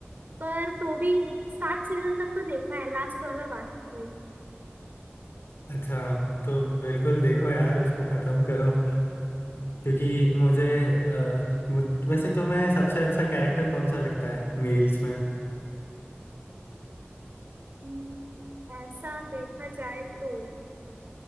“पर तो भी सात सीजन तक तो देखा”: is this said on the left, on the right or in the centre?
Right